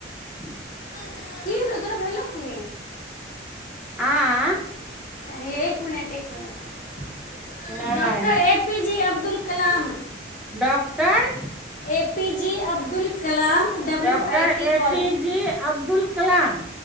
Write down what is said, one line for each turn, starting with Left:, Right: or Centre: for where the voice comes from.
Centre: <inaudible>
Left: <unintelligible> की भेलो तोरा भेलो कि
Centre: <unintelligible>
Left: हे एक मिनट एक मिनट
Centre: नहि
Left: <inaudible> डॉक्टर A P J Abdul Kalam
Centre: doctor
Left: A P J Abdul Kalam W
Centre: doctor
Left: I T
Centre: A
Left: college
Centre: P J Abdul Kalam